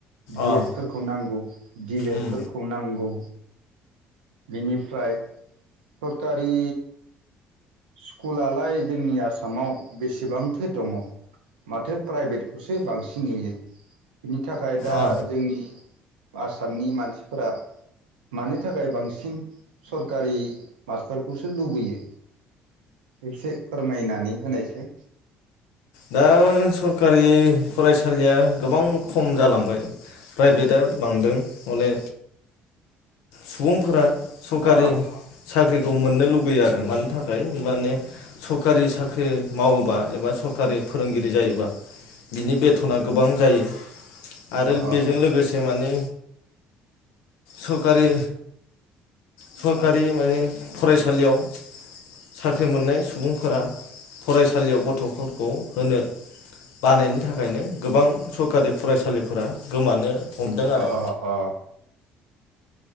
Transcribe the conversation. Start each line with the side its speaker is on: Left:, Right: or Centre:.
Right: बिएडफोरखौ
Left: अ
Right: नांगौ दि लेड
Left: उम
Right: फोरखौ नांगौ। बिनिफ्राय सरकारि स्कुलालाय जोंनि आसामाव बेसेबांथो दङ माथो प्राइभेटखौसो बांसिन नुयो बिनि थाखाय दा
Left: अ
Right: जोंनि आसामनि मानसिफोरा मानो थाखाय बांसिन सरखारि मास्टारखौसो लुबैयो एसे फोरमायनानै होनायसाय
Left: दा सरखारि फरायसालिया गोबां खम जालांबाय प्राइभेटआ बांदों हले सुबुंफोरा सकारारि
Right: अ
Left: साख्रिखौ मोननो लुगैयो आरो मानि थाखाय माने सरखारि साख्रि मावोबा एबा सरकारि। फोरोंगिरि जायोबा बिनि बेथना गोबां जायो। आरो
Right: अ
Left: बेजों लोगोसे माने। सरकारि सरकारि माने फरायसालियाव साख्रि मोननाय सुबुंफोरा फरायसालियाव गथफोरखौ होनो बानायनि थाखायनो गोबां सरखारि फरायसालिफोरा गोमानो हमदों आरो
Right: अ अ औ